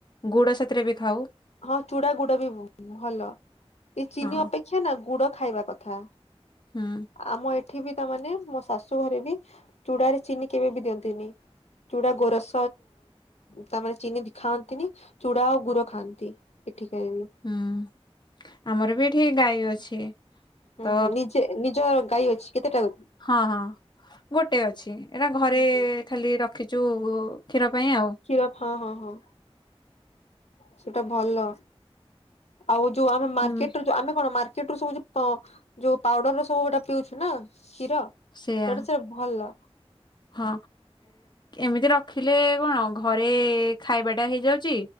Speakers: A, on the left (about 45°); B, on the left (about 85°).
A: ଗୁଡ ସାଥିରେ ବି ଖାଉ।
B: ହଁ ଚୁଡା ଗୁଡ ବି ଭ ଭଲ ଏ ଚିନି
A: ହଁ
B: ଅପେକ୍ଷା ନା ଗୁଡ ଖାଇବା କଥା।
A: ହୁଁ
B: ଆମ ଏଠି ବି ତାମାନେ ମୋ ଶାଶୁ ଘରେ ବି ଚୁଡାରେ ଚିନି କେବେ ବି ଦିଅନ୍ତିନି। ଚୁଡା ଗୋରସ ତାମାନେ ଚିନି ବି ଖାଆନ୍ତିନି ଚୁଡା ଆଉ ଗୁଡ ଖାଆନ୍ତି। ବି ଏଠିଖାଏ ମୁଁ।
A: ହୁଁ, ଆମର ବି ଏଠି ଗାଈ ଅଛି।
B: ହୁଁ,
A: ତ
B: ହୁଁ ନିଜେ ନିଜ ଗାଈ ଅଛି କେତେଟା?
A: ହଁ, ହଁ ଗୋଟେ ଅଛି ଏରା ଘରେ
B: ହୁଁ ହୁଁ
A: ଖାଲି ରଖିଛୁ କ୍ଷୀର ପାଇଁ ଆଉ
B: କ୍ଷୀର ହଁ, ହଁ, ହଁ। ସେଇଟା ଭଲ ଆଉ ଯୋଉ ଆମେ ମାର୍କେଟରୁ
A: ହୁଁ
B: ଯୋଉ ଆମେ କଣ ମାର ଏଟୁ ସବୁ ଯୋଉ ପାଉଡର ସବୁ ପିଉଚୁ ନା କ୍ଷୀର ତ
A: ସେଇଆ
B: ଏଇଟା ସେ ଭଲ।
A: ହଁ ଏମିତି ରଖିଲେ କଣ ଘରେ ଖାଇବାଟା ହେଇଯାଉଚି